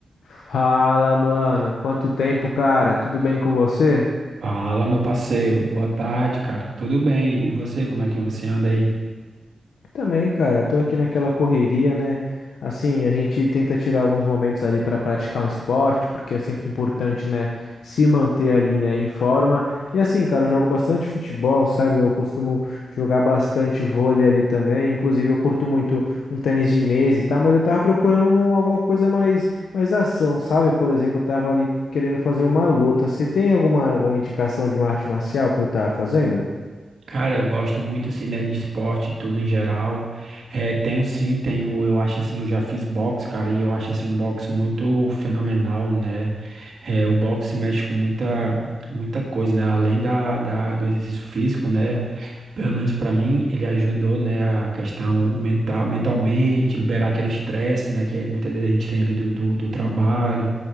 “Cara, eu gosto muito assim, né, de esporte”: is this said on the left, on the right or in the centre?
Right